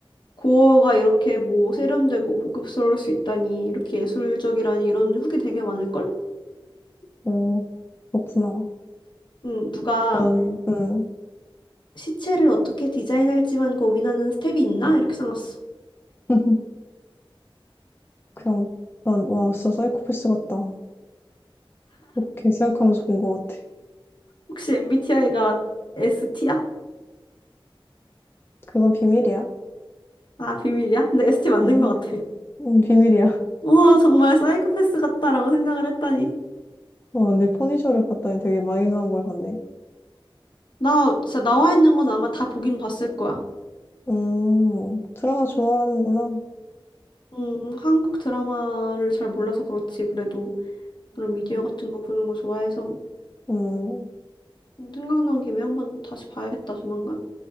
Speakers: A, on the left (about 55°); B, on the left (about 25°).
A: 고어가 이렇게 뭐 세련되고 고급스러울 수 있다니, 이렇게 예술적이라니 이런 후기 되게 많을걸?
B: 어, 그렇구나.
A: 응, 누가
B: 난, 음.
A: 시체를 어떻게 디자인할지만 고민하는 스텝이 있나? 이렇게 써놨어.
B: <laughs> 그냥, 난, 와, 진짜 사이코패스 같다. 그렇게 생각하면서 본 것 같아.
A: 혹시 MBTI가 ST야?
B: 그건 비밀이야.
A: 아, 비밀이야? 근데 ST 맞는
B: 응,
A: 것 같아. <laughs>
B: 응, 비밀이야. <laughs>
A: 우와, 정말 사이코패스 같다라고 생각을 했다니.
B: 와, 내 퍼니셔를 봤더니 되게 마이너한 걸 봤네.
A: 나 진짜 나와 있는 건 아마 다 보긴 봤을 거야.
B: 음, 드라마 좋아하는구나.
A: 음, 한국 드라마를 잘 몰라서 그렇지. 그래도 그런 미디어 같은 거 보는 거 좋아해서
B: 음,
A: 음, 생각난 김에 한번 다시 봐야겠다, 조만간.